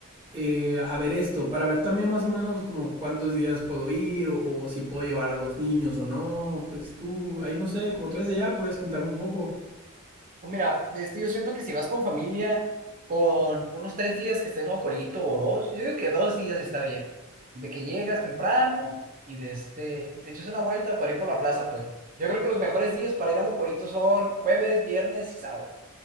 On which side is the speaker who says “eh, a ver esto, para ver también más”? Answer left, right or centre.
Right